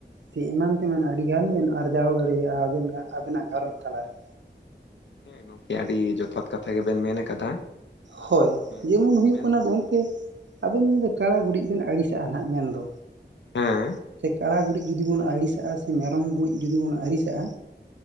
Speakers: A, on the right (about 80°); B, on the left (about 80°).
A: ᱥᱮ ᱮᱢᱟᱱ ᱛᱮᱢᱮᱱ ᱟᱹᱰᱤ ᱜᱟᱱ ᱵᱮᱱ ᱟᱨᱡᱟᱣ ᱫᱟᱲᱮᱭᱟᱜᱼᱟ ᱟᱵᱮᱱ ᱟᱵᱮᱱᱟᱜ ᱜᱷᱟᱨᱚᱸᱡᱽ ᱛᱟᱞᱟᱨᱮ
B: ᱦᱮᱸ ᱜᱚᱝᱠᱮ ᱟᱹᱰᱤ ᱡᱚᱛᱷᱟᱛ ᱠᱟᱛᱷᱟ ᱜᱮᱵᱮᱱ ᱢᱮᱱ ᱟᱠᱟᱫᱟ
A: ᱦᱳᱭ
B: ᱦᱮᱸ
A: ᱡᱮᱢᱚᱱ ᱦᱩᱭᱩᱜ
B: ᱢᱮᱱ
A: ᱠᱟᱱᱟ ᱜᱚᱝᱠᱮ ᱟᱵᱤᱱ ᱡᱩᱫᱤ ᱠᱟᱲᱟ ᱜᱩᱨᱤᱡ ᱵᱮᱱ ᱟᱹᱲᱤᱥᱟᱜᱼᱟ ᱱᱟᱦᱟᱸᱜ ᱢᱮᱱᱫᱚ
B: ᱦᱮᱸ
A: ᱥᱮ ᱠᱟᱲᱟ ᱜᱩᱨᱤᱡ ᱡᱩᱫᱤ ᱵᱚᱱ ᱟᱹᱲᱤᱥᱟᱜᱼᱟ ᱥᱮ ᱢᱮᱨᱚᱢ ᱜᱩᱨᱤᱡ ᱡᱩᱫᱤ ᱵᱚᱱ ᱟᱹᱲᱤᱥᱟᱜᱼᱟ